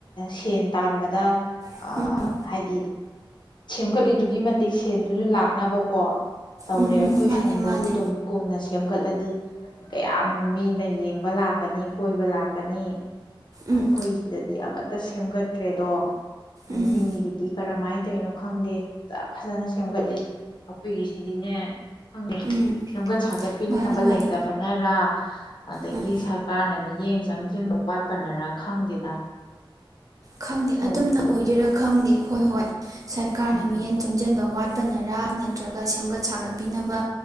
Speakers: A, on the left; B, on the right.
A: ꯁꯦꯟ ꯇꯥꯟꯕꯗ
B: ꯎꯝ
A: ꯑꯥ ꯍꯥꯏꯗꯤ ꯁꯦꯝꯀꯠꯂꯤꯗꯨꯒꯤ ꯃꯇꯤꯛ ꯁꯦꯟꯗꯨꯖꯨ ꯂꯥꯛꯅꯕ ꯀꯣ ꯇꯧꯔꯦ
B: ꯎꯝ ꯎꯝ
A: ꯑꯩꯈꯣꯏ
B: ꯎꯝ ꯎꯝ ꯃꯥꯅꯦ
A: ꯁꯣꯝꯗꯖꯨ
B: ꯃꯥꯅꯦ
A: ꯗꯨꯝ-ꯀꯨꯝꯅ ꯁꯦꯝꯒꯠꯂꯗꯤ ꯀꯌꯥꯝ ꯃꯤꯅ ꯌꯦꯡꯕꯥ ꯂꯥꯛꯀꯅꯤ ꯀꯣꯏꯕ ꯂꯥꯛꯀꯅꯤ ꯑꯩꯈꯣꯏ
B: ꯎꯝ
A: ꯁꯤꯗꯗꯤ ꯑꯃꯠ ꯁꯦꯝꯒꯠꯇ꯭ꯔꯦꯗꯣ
B: ꯎꯝ
A: ꯃꯤꯒꯤꯗꯤ ꯀꯔꯃꯥꯏ ꯀꯩꯅꯣ ꯈꯪꯗꯦ ꯐꯖꯥ-ꯐꯖꯥꯅ ꯁꯦꯝꯒꯠꯂꯤ ꯑꯩꯈꯣꯏꯒꯤꯁꯤꯗꯤꯅꯦ꯫ ꯈꯪꯗꯦ
B: ꯎꯝ
A: ꯁꯦꯝꯒꯠ ꯁꯥꯒꯠꯄꯤꯅꯕ
B: ꯃꯥꯅꯦ ꯃꯥꯅꯦ
A: ꯂꯩꯇꯕꯅꯔꯥ ꯑꯗꯒꯤ
B: ꯎꯝ
A: ꯁꯔꯀꯥ꯭ꯔꯅ ꯃꯤꯠꯌꯦꯡ ꯆꯪꯖꯟꯕ ꯋꯥꯠꯄꯅꯔꯥ ꯈꯪꯗꯦꯗ
B: ꯈꯪꯗꯦ
A: ꯇꯧꯔꯤꯁꯦ
B: ꯑꯗꯨꯝꯅ ꯑꯣꯏꯗꯣꯏꯔꯥ ꯈꯪꯗꯦ ꯍꯣꯏ ꯍꯣꯏ ꯁ꯭ꯔꯀꯥ꯭ꯔꯅ
A: ꯎꯝ
B: ꯃꯤꯠꯌꯦꯡ ꯆꯪꯖꯟꯕ ꯋꯥꯠ ꯋꯥꯠꯄꯅꯔ ꯅꯠꯇ꯭ꯔꯒ ꯁꯦꯝꯒꯠ ꯁꯥꯒꯠꯄꯤꯅꯕ